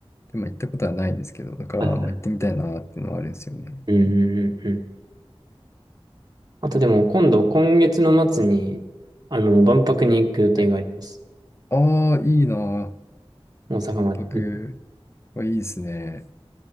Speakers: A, on the left; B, on the right.
A: でも行ったことはないんですけど、だから、
B: はいはいはい。
A: まあ行ってみたいなっていうのはあるんですよね。
B: うんうんうんうん。あとでも今度、今月の末に、あの、万博に行く予定があります。
A: はい。ああ、いいな。
B: 大阪まで。
A: 万博
B: うん。
A: はいいですね。